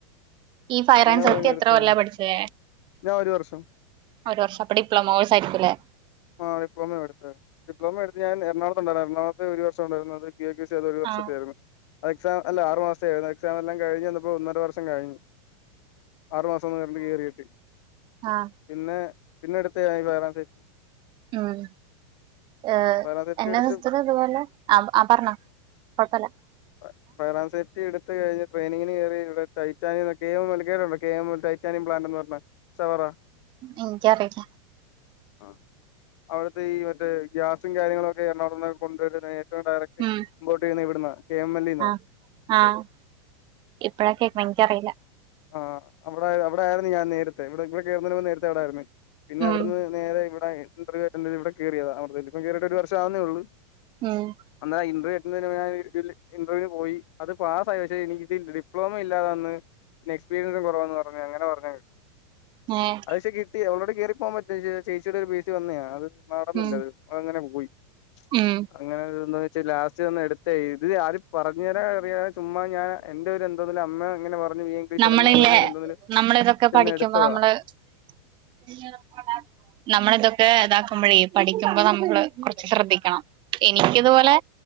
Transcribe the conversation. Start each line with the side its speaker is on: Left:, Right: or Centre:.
Right: ഈ ഫയർ
Left: അങ്ങനെ
Right: ആൻഡ് സേഫ്റ്റി
Left: പോയി എടുത്താ
Right: എത്ര കൊല്ലാ പഠിച്ചേ
Left: ഞാൻ ഒരു വർഷം
Right: ഒരു വർഷ അപ്പൊ ഡിപ്ലോമ കോഴ്സ് ആരിക്കുംല്ലേ
Left: ആ ഡിപ്ലോമ എടുത്ത് ഡിപ്ലോമ എടുത്ത് ഞാൻ എറണാകുളത്ത്ണ്ട ടാ എറണാകുളത്ത് ഒരു വർഷ ഉണ്ടായിരുന്നത് സി അത് ഒരു വർഷത്തായിരുന്നു
Right: ആഹ്
Left: അത് എക്സാം അല്ല ആറു മാസത്ത ആരുന്നു എക്സാം എല്ലാം കഴിഞ്ഞുന്നപ്പോ ഒന്നര വർഷം കഴിഞ്ഞു ആറു മാസംന്ന് നേരണ്ട് കയറിയിട്ട്
Right: ആഹ്
Left: പിന്നെ പിന്നെ എടുത്ത ആയി വരാ സെറ്റ്
Right: ഉം ഏഹ്
Left: ഫയർ ആൻഡ് സേഫ്റ്റി
Right: എന്റെ
Left: എടുത്ത്
Right: സിസ്റ്ററ് അപോലെ ആ ആ പറഞ്ഞോ കൊഴപ്പില്ല
Left: <unintelligible> എടുത്തു കഴിഞ്ഞ് ട്രെയിനിങ്ങിന് കയറി ടൈറ്റാനിയ എൽ <unintelligible> ടൈറ്റാനിയ പ്ലാന്റ് എന്ന് പറഞ്ഞ <unintelligible>
Right: എനിക്കറിയില്ല
Left: ആ അവിടുത്തെ ഈ മറ്റേ ഗ്യാസും കാര്യങ്ങളും ഒക്കെ എറണാകുളത്ത്ന്ന് കൊണ്ടുവരുന്ന ഡയറക്ട്
Right: ഉം
Left: ഇമ്പോർട്ട് ചെയ്യുന്ന ഇവിടന്നാ കെ എം എൽ ഇന്നാ
Right: ആഹ് ആഹ് ഇപ്പഴാ കേക്ക്ന്നേ എനിക്കറിയില്ല
Left: ആ് അവിടെ അവിടെ ആയിരുന്നു ഞാൻ നേരത്തെ ഇവിടെ ഇവിടെ കയറുന്നതിന് മുമ്പേ നേരത്തെ അവിടെ ആയിരുന്നു പിന്നെ
Right: ഉം
Left: അവിടുന്ന് നേരെ ഇവിടെ ഇന്റർവ്യൂ അറ്റൻഡ ചെയ്ത് ഇവിടെ കയറിയതാ ഇവിടെപ്പ കേറിട്ട് ഒരു വർഷം ആവുന്നേ ഉള്ളൂ
Right: ആഹ്
Left: എന്നാല ഇന്റർവ്യൂ കിട്ടുന്ന ഞ ഇന്റർവ്യൂന് പോയി അത് പാസ്സായി പക്ഷേ എനി ഇതി ഡിപ്ളോമ ഇല്ലാതാന്ന് പിന്നെ എക്സ്പീരിയൻസും കുറവാ പറഞ്ഞ് അങ്ങനെ പറഞ്ഞ കേട്ടക്ക്
Right: ഏഹ്
Left: പക്ഷെ കിട്ടിയാ അവളോടെ കയറി പോവാൻ പറ്റ പ ചേച്ചിയട ഒരു ബേസി വന്നതാ അത് നടന്നില്ല
Right: ഉം
Left: അത് അങ്ങനെ പോയി
Right: ഉം
Left: അങ്ങനെ എന്താ വെച്ചാൽ ലാസ്റ്റ്ന്ന് എടുത്ത ഇത് ആര് പറഞ്ഞു തരാൻ അറിയ ചുമ്മാ ഞാൻ എന്റെ എന്റെ അമ്മ ഇങ്ങനെ പറഞ്ഞു ഈ ഇംഗ്ലീഷ്
Right: നമ്മളില്ലേ
Left: എടന്ന് പറയുന്നര് എന്തെങ്കിലും
Right: നമ്മളിതൊക്കെ
Left: ചെന്ന്
Right: പഠിക്കുമ്പോ
Left: എടുത്തതാ
Right: നമ്മള് <inaudible> നമ്മള ഇതൊക്കെ ഇതാക്കുമ്പോഴേ പഠിക്കുമ്പോ നമ്മള് കുറച്ച് ശ്രദ്ധിക്കണം എനിക്കി ഇതുപോലെ